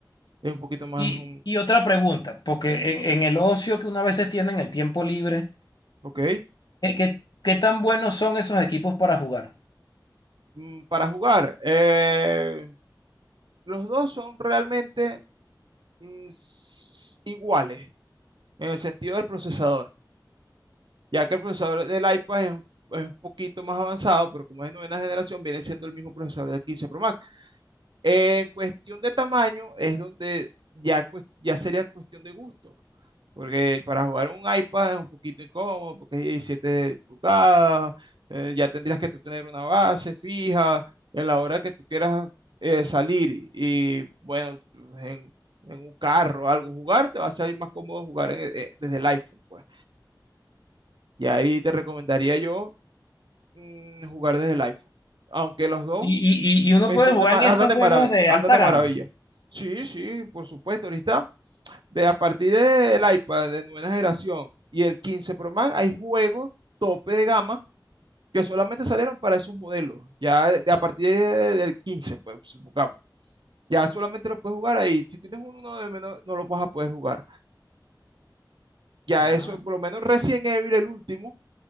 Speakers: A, on the right; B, on the left.
A: Es un poquito más,
B: Y,
A: un-
B: y otra pregunta, porque en, en el ocio que una vez se tiene, en el tiempo libre,
A: ok,
B: ¿qué, qué- qué tan buenos son esos equipos para jugar?
A: Mm, para jugar. eh, los dos son realmente mm, s- iguales en el sentido del procesador, ya que el procesador del iPad es, un- es un poquito más avanzado, pero como es de novena generación, viene siendo el mismo procesador del 15 Pro Max. En cuestión de tamaño es donde ya, cues- ya sería cuestión de gusto, porque para jugar un iPad es un poquito incómodo, porque es 17 pulgadas, eh, ya tendrías que tú tener una base fija en la hora que tú quieras eh, salir y, y, bueno, pues, en, en un carro o algo jugar, te va a salir más cómodo jugar en- eh, desde el iPhone, pues. Y ahí te recomendaría yo mm, jugar desde el iPhone, aunque los dos
B: Y, y, y y uno
A: eh,
B: puede
A: son
B: jugar
A: de, ma-
B: en
A: andan
B: esos
A: de
B: juegos
A: marav-
B: de
A: andan
B: alta
A: de
B: gama.
A: maravilla. Sí, sí, por supuesto. Ahorita, de, a partir del iPad de nueva generación y el 15 Pro Max, hay juegos tope de gama que solamente salieron para esos modelos. Ya de- de a partir de- del 15 pues, supongamos. Ya solamente lo puedes jugar ahí. Si tienes uno de menos, no lo vas a poder jugar. Ya
B: Ah,
A: eso, por lo menos Resident Evil, el último,